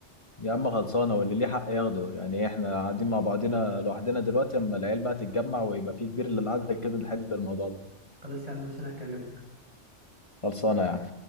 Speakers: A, on the left (about 25°); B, on the right (about 30°).
A: يا عم خلصانه واللي ليه حق ياخده يعني ايه، احنا قاعدين مع بعضينا لوحدنا دلوقتي اما العيال بقى تتجمع ويبقى في كبير للقعده كده نحل الموضوع ده
B: خلاص يا عم باشا انا هكلمك
A: خلصانه يا